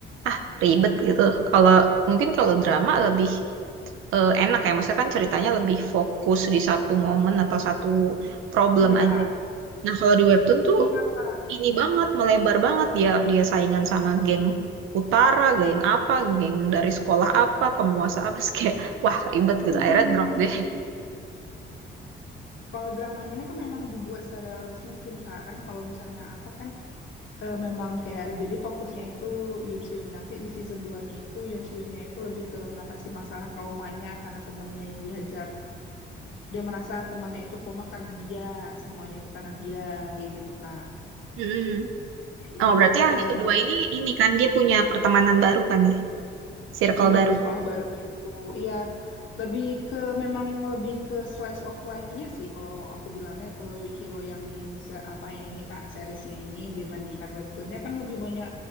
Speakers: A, on the right; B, on the left.
A: ah ribet gitu kalau mungkin kalau drama lebih eh, enak ya maksudnya kan ceritanya lebih fokus di satu momen atau satu problem
B: iya
A: aja nah kalau di webtoon tuh
B: iya Kak
A: ini banget melebar banget dia dia saingan sama geng utara, geng apa, geng dari sekolah apa, penguasa apa, <laughs> Terus kayak wah ribet gitu.
B: Mm-mm.
A: Akhirnya drop deh.
B: Kalau dramanya ini kan memang dibuat serealis mungkin Kak kan kalau misalnya apa kan Eh, memang kayak jadi fokusnya itu Yun Seon. Nanti di season 2-nya itu Yun Seonnya itu lebih ke ngatasi masalah traumanya karena temennya yang dihajar. Dia merasa temannya itu koma karena dia, semuanya itu karena dia kayak gitu Kak.
A: Mm-mm.
B: Jadi
A: Oh berarti
B: eh,
A: yang
B: eh,
A: di kedua
B: lebih
A: ini ini kan dia punya pertemanan baru kan ya, circle
B: iya
A: baru.
B: di sekolah barunya itu iya lebih ke memang lebih ke slice of life-nya sih kalau aku bilangnya kalau Weak Hero yang se- apa ya ini Kak seriesnya ini dibandingkan webtoonnya kan lebih banyak